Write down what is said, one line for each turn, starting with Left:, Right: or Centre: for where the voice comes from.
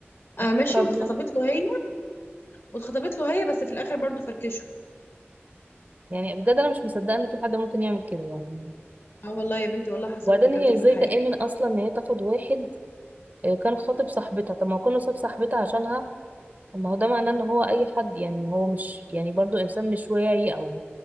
Left: آه،
Right: مش
Left: ماشي
Right: أبيض
Left: واتخطبت له هي واتخطبت له هي بس في الاخر برضو فركشوا
Right: يعني بجد أنا مش مصدقة إن في حد ممكن يعمل كده يعني
Left: اه والله يا بنتي والله حصلت
Right: وبعدين
Left: بجد
Right: هي
Left: وفي
Right: ازاي
Left: الحقيقه
Right: تأمن أصلا إن هي تاخد واحد آه، كان خاطب صاحبتها طب ما هو كان صاحب صاحبتها عشانها طب ما هو ده معناه ان هو اي حد يعني هو مش يعني برضو انسان مش واعي او